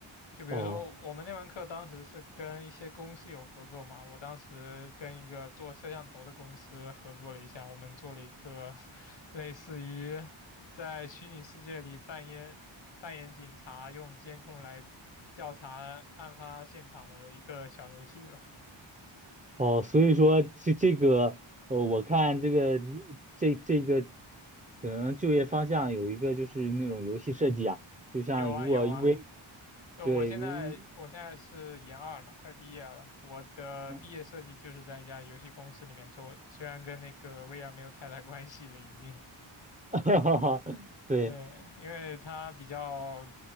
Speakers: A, on the left; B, on the right.
A: 就比如说我们那门课当时是跟一些公司有合作嘛，
B: 哦
A: 我当时跟一个做摄像头的公司合作了一下，我们做了一个 <laughs> 类似于在虚拟世界里扮演扮演警察，用监控来调查案发现场的一个小游戏吧。
B: 哦，所以说这这个，哦，我看这个你这这个可能就业方向有一个就是那种游戏设计啊，就像如果为
A: 有啊有啊，就我现在我现在是研二了嘛，
B: 对如
A: 快毕业了。我的毕业设计就是在一家游戏公司里面做的，
B: 嗯，
A: 虽然跟那个 VR 没有太大关系了，已经。
B: <laughs>
A: <laughs>
B: 对。
A: 对，因为它比较